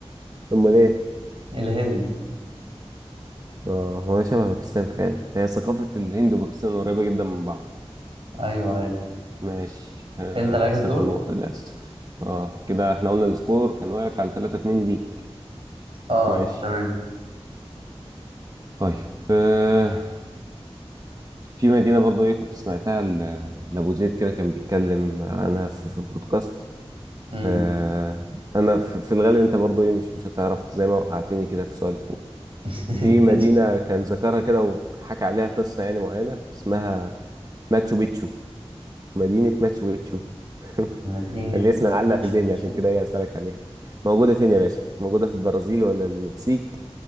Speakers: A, on the right; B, on the right.
A: امال ايه
B: الهند
A: اه هو شبه باكستان فعلا هي ثقافة الهند وباكستان قريبة جدا من بعض
B: ايوه ايوه
A: ماشي آه
B: انت عليك
A: خسرت
B: الدور
A: النقطة للأسف اه كده احنا قلنا السكور كان واقف على 3 2 ليك
B: اه
A: ماشي
B: تمام
A: طيب آه في مدينة برضو ايه كنت سمعتها ل- لأبو زيد كده كان بيتكلم عنها في, في بودكاست
B: امم
A: آه انا في, في الغالب انت برضو ايه مش مش هتعرف زي ما وقعتني كده في سؤال فوق
B: <laughs>
A: في مدينة
B: ماشي
A: كان ذكرها كده وحكى عليها قصة يعني معينة اسمها ماتشو بيتشو مدينة ماتشو بيتشو <laughs>
B: مدينة
A: اللي اسمها علق
B: ماتشو
A: في ذهني
B: بيتشو
A: عشان كده هي أسألك عليها موجودة فين يا باشا؟ موجودة في البرازيل ولا المكسيك